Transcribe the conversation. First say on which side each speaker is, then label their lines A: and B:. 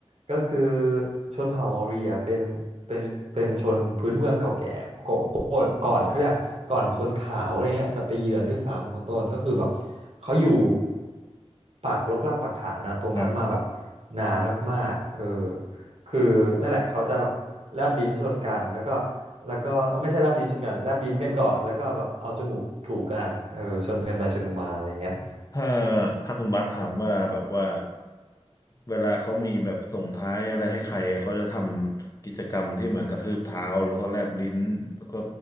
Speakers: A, on the right (about 65°); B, on the left (about 30°).
A: ก็คือชนเผ่าเมารีอ่ะเป็นเป็นเป็นชนพื้นเมืองเก่าแก่ก่อนก่อนเขาเรียกก่อนคนขาวอะไรเงี้ยจะไปเยือนด้วยซ้ำคุณต้นก็คือแบบเขาอยู่ปักรกรากปักฐานอะตรงนั้นมาแบบ
B: ครับ
A: นานมากๆเออคือนั่นแหละเขาจะแบบแลบลิ้นชนกันแล้วก็แล้วก็เอ้ยไม่ใช่แลบลิ้นชนกันแลบลิ้นกันก่อนแล้วก็แบบเอาจมูกถูกกันเออชนกันไปชนกันมาอะไรเงี้ย
B: ถ้าถ้าคุณบาสถามว่าแบบว่าเวลาเขามีแบบส่งท้ายอะไรให้ใครเขาจะทำกิจกรรมที่เหมือนกระทืบเท้าแล้วก็แลบลิ้นแล้วก็